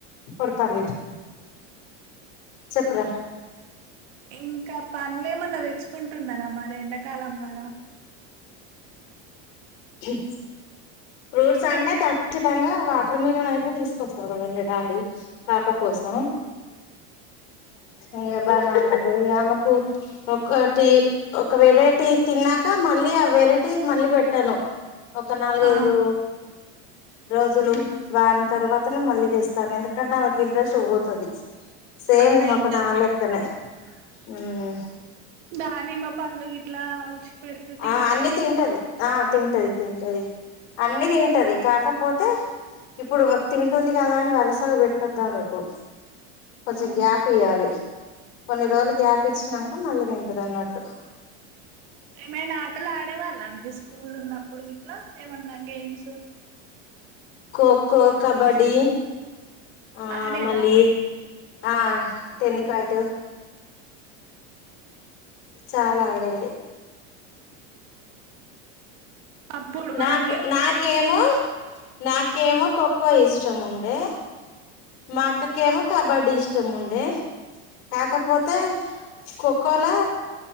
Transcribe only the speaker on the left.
కొడతాను చెప్పురా
ఎ <unintelligible> ఫ్రూట్స్ అంటే ఖచ్చితంగా వాటర మిలన్ అయితే తీసుకొస్తారు వీళ్ల డాడీ పాప కోసం ఇ బనానాలు ఇక ఆమెకు ఒకటి ఒక వెరైటీ తిన్నాక మళ్ళీ ఆ వెరైటీ మళ్ళీ పెట్టను ఒక నాలుగైదు
రోజులు వారం తర్వాతనే మళ్ళీ తెస్తాను ఎందుకంటే ఆమెకి ఇంట్రెస్ట్ పోతాది సేమ్
ఈమేకు
నా లెక్కనే హమ్
ఆ అన్ని
తింటాది ఆ తింటాది తింటది అన్ని తింటది కాక పోతే ఇప్పుడు తింటుంది కదా అని వరుసగా పెట్టొద్దా మీకు కొంచెం
గ్యాప్ ఇయ్వాలి కొన్ని
రోజులు గ్యాప్ ఇచ్చినాక మళ్ళీ తింటాడి అన్నట్టు
ఖోఖో కబడ్డీ ఆ
మళ్ళీ ఆ టెన్నికోయిటు చాలా ఆడేది
నాకు
నాకేమో నాకేమో ఖో ఖో ఇష్టం ఉండే మా అక్క
కేమో కబడ్డీ ఇష్టం ఉండే కాకపోతే ఖో ఖో లో